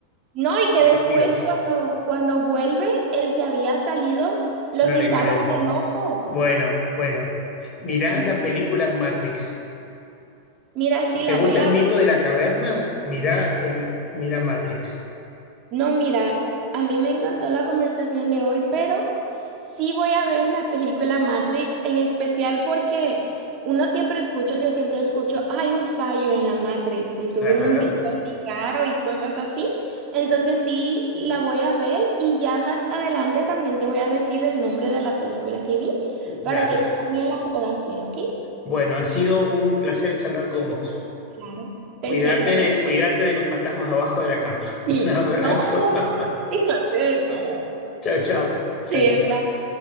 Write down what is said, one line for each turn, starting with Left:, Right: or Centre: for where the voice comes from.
Right: No, y que
Left: dormidos.
Right: después cuando, cuando vuelve, el que había salido lo
Left: No
Right: tildaban
Left: le creen.
Right: de locos.
Left: Bueno, bueno. Mirá
Right: <laughs>
Left: la película Matrix.
Right: Mira,
Left: Si
Right: sí,
Left: te
Right: la
Left: gusta
Right: voy a
Left: el mito de la caverna, mirá el, mirá Matrix.
Right: No, mira, a mí me encantó la conversación de hoy, pero sí voy a ver la película Matrix, en especial porque uno siempre escucha, yo siempre escucho, hay un fallo en la Matrix y suben
Left: Claro.
Right: un video así raro y cosas así. Entonces sí, la voy a ver y ya más adelante también te voy a decir el nombre de la película que vi
Left: Dale.
Right: para que tú también la puedas ver, ¿ok?
Left: Bueno, ha sido un placer charlar con vos.
Right: Claro. Perfecto,
Left: Cuídate
Right: ¿qué
Left: de,
Right: tal?
Left: cuídate de los fantasmas abajo de la cama.
Right: Sí.
Left: <laughs> Un abrazo.
Right: No, no,
Left: <laughs>
Right: no me digas eso.
Left: Chao, chao. Chao,
Right: Sí,
Left: chao.